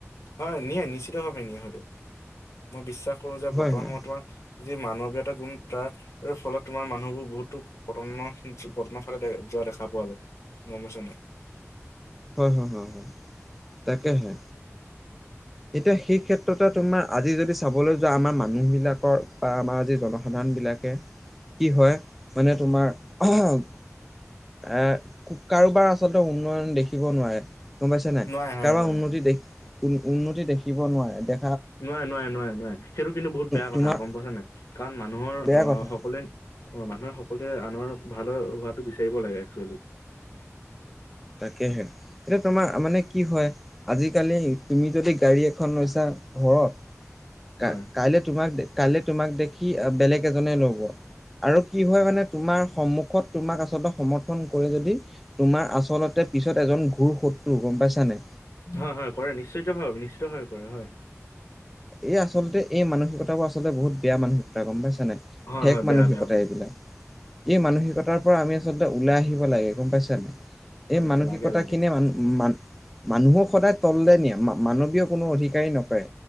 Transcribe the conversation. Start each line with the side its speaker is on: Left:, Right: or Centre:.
Left: হয়, নিয়ে নিশ্চিত ভাৱে নিয়ে হয়তো। মই বিশ্বাস কৰো যে
Centre: হয়
Left: বৰ্তমান
Centre: হয়,
Left: সময়ত তোমাৰ যি মানৱীয়তা গুণ তাক ফলত তোমাৰ মানুহবোৰ বহুতো পতনৰ পতনৰ ফালে যোৱা দেখা পোৱা যায়। গম পাইছ নাই?
Centre: হয় হয় হয় হয় তাকেহে। এতিয়া সেই ক্ষেত্ৰতে তোমাৰ আজি যদি চাবলৈ যোৱা আমাৰ মানুহ বিলাকৰ বা আমাৰ আজি জনসংখ্যা, সাধাৰনবিলাকে- কি হয় মানে তোমাৰ হে কাৰোবাৰ আ- আচলতে উন্নয়ন দেখিব নোৱাৰে গম পাইছে নাই
Left: নোৱাৰে হয়
Centre: কাৰোবাৰ
Left: নোৱাৰে
Centre: উন্নতি
Left: হয়।
Centre: দেখি উন্নতি দেখিব নোৱাৰে। দে
Left: নোৱাৰে নোৱাৰে নোৱাৰে নোৱাৰে সেইটো কিন্তু বহুত বেয়া
Centre: তোমাৰ
Left: কথা গম পাইছ নাই? কাৰণ মানুহৰ
Centre: বেয়া
Left: আহ
Centre: কথা
Left: সকলোৱে অ মানুহে সকলোৱে আনৰ ভালৰ হোৱাটো বিচাৰিব লাগে একচুৱেলি।
Centre: তাকেহে। এতিয়া তোমাৰ মানে কি হয় আজিকালি তুমি যদি গাড়ী এখন লৈছা ঘৰত,
Left: হয়
Centre: কাইলে তোমাক কাইলে তোমাক দেখি বেলেগ এজনে লব আৰু কি হয় মানে, তোমাৰ সন্মুখত তোমাক আচলতে সমৰ্থন কৰি যদি তোমাৰ আ- আচলতে পিছত এজন ঘূৰ শত্ৰু গম পাইছা নাই?
Left: হয় হয় কৰে নিশ্চয়িত ভাৱে নিশ্চিতভাৱে কৰে হয়।
Centre: এই আচলতে এই মানসিকতাবোৰ আচলতে বহুত বেয়া মানসিকতা গম পাইছ নাই?
Left: হয়
Centre: ঠেক
Left: হয়
Centre: মানসিকতা
Left: বেয়া বেয়া
Centre: এইবিলাক। এই মানসিকতা তাৰ পৰা আমি আচলতে ওলাই আহিব লাগে গম পাইছ নাই? এই
Left: হয়
Centre: মানসিকতাখিনিয়ে
Left: হয় লাগে লাগে
Centre: মানুহ মানুহক সদায় তললে নিয়ে। মানৱীয় কোনো অধিকাৰেই নকৰে।